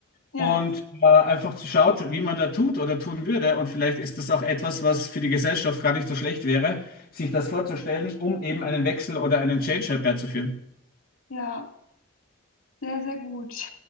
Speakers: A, on the left; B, on the left.
A: Ja,
B: und äh, einfach schaut, wie man da tut oder tun würde. Und vielleicht ist das auch etwas, was für die Gesellschaft gar nicht so schlecht wäre, sich das vorzustellen, um eben einen Wechsel oder einen Change herbeizuführen.
A: ja, sehr, sehr gut.